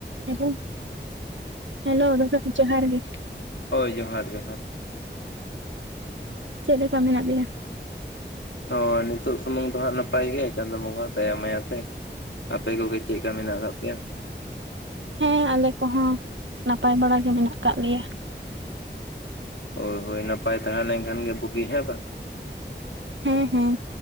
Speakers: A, on the right; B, on the left.
A: ᱦᱮᱞᱳ ᱦᱮᱞᱳ ᱫᱟᱫᱟ ᱡᱚᱦᱟᱨ ᱜᱮ
B: ᱦᱳᱭ ᱡᱚᱦᱟᱨ ᱡᱚᱦᱟᱨ
A: ᱪᱮᱫᱞᱮᱠᱟ ᱢᱮᱱᱟᱜ ᱵᱤᱱᱟ
B: ᱦᱚᱭ ᱱᱤᱛᱚᱜ ᱥᱩᱢᱩᱝ ᱫᱚ ᱦᱟᱸᱜ ᱱᱟᱯᱟᱭ ᱜᱮ ᱪᱟᱸᱫᱳ ᱵᱚᱸᱜᱟ ᱫᱟᱭᱟ ᱢᱟᱭᱟ ᱛᱮ᱾ ᱟᱯᱮ ᱠᱚᱜᱮ ᱪᱮᱫᱠᱟ ᱢᱮᱱᱟᱜ ᱠᱟᱜ ᱯᱮᱭᱟ
A: ᱦᱮᱸ ᱟᱞᱮ ᱠᱚᱦᱚᱸ ᱱᱟᱯᱟᱭ ᱵᱟᱲᱟ ᱜᱮ ᱢᱮᱱᱟᱜ ᱠᱟᱜ ᱞᱮᱭᱟ᱾
B: ᱦᱳᱭ ᱦᱳᱭ ᱱᱟᱯᱟᱭ ᱛᱟᱦᱮᱸ ᱞᱮᱱᱠᱷᱟᱱ ᱜᱮ ᱵᱩᱜᱤ ᱦᱮᱸ ᱵᱟᱝ
A: ᱦᱮᱸ ᱦᱮᱸ